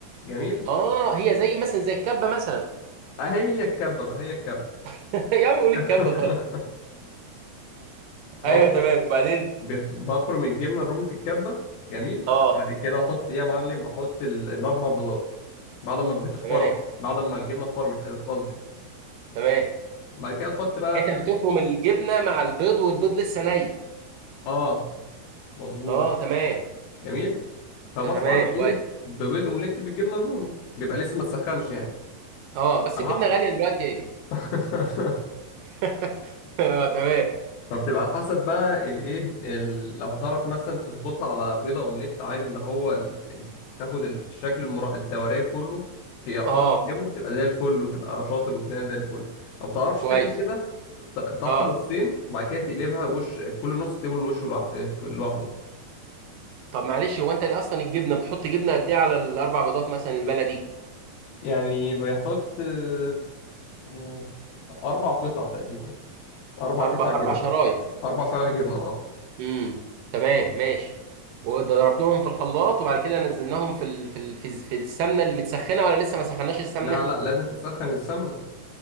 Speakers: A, on the left; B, on the right.
A: جميل
B: اه هي زي مثلا زي الكبه مثلا
A: آه هي الكبة بقى هي الكبة
B: <laughs> يا عم قول
A: <laughs>
B: الكبه طب
A: هو
B: ايوه
A: ب-
B: تمام وبعدين
A: بس- بفرم الجبنة الرومي في الكبة جميل
B: اه
A: بعد كده احط ايه يا معلم احط ال- الاربع بيضات بعد ما البيض اتفرم
B: تمام
A: بعد ما الجبنة اتفرمت قصدي
B: تمام
A: بعد كده تحط بقى
B: انت
A: فلفل
B: بتفرم الجبنه مع البيض والبيض لسه ني
A: اه مظبوط
B: اه تمام
A: جميل فبطلع
B: ده تمام
A: بايه
B: كويس
A: ببيض اومليت بالجبنه الرومي بيبقى لسه ما تسخنش يعني
B: اه بس
A: على
B: الجبنه
A: حق
B: غاليه دلوقتي
A: <laughs>
B: <laughs> اه تمام
A: فبتبقى على حسب بقى الايه ال... لو هتعرف مثلا تظبطها على بيضه اومليت عادي اللي هو ال... ال... تاخد الشكل المرا... الدوريه كله في تعرف
B: اه
A: تقلبه تبقى زي الفل وتبقى شاطر والدنيا زي الفل لو ما بتعرفش
B: كويس
A: تعمل كده ت- تقطعها
B: اه
A: نصين وبعد كده تقلبها وش كل نص تقلب الوش لوح- لوحده
B: طب معلش هو انت ليه اصلا الجبنه بتحط جبنه قد ايه على الاربع بيضات مثلا البلدي
A: يعني بيحط آه، يعني أربع قطع تقريبا أربع
B: اربع
A: قطع جبنة
B: اربع شرايح
A: أربع شرايح جبنة أه
B: امم تمام ماشي وضربناهم في الخلاط وبعد كده نزلناهم في ال... في ال... في, الز- في السمنه المتسخنه ولا لسه ما سخناش السمنه
A: لا لا لازم تسخن السمنة